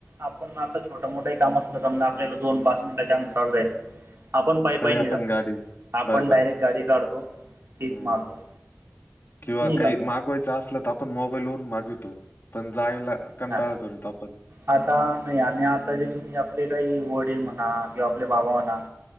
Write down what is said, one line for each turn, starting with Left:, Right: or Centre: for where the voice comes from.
Right: आपण आता छोटं मोठं काम असलं समजा आपल्याला दोन पाच मिनिटाच्या अंतरावर जायचं आपण पायपायनी
Left: तरी आपण
Right: जात
Left: गाडी
Right: आपण
Left: बरोबर
Right: डायरेक्ट
Left: आहे
Right: गाडी काढतो कीक
Left: हम्म
Right: मारतो
Left: किंवा
Right: निघालो
Left: काही मागवायचं असलं तर आपण मोबाईल वून मागितो आपण जायला कंतााळा
Right: हा
Left: करितो आपण
Right: आता नाही आणि आता जे तुम्ही आपले काही वडील म्हणा किंवा आपले बाबा म्हणा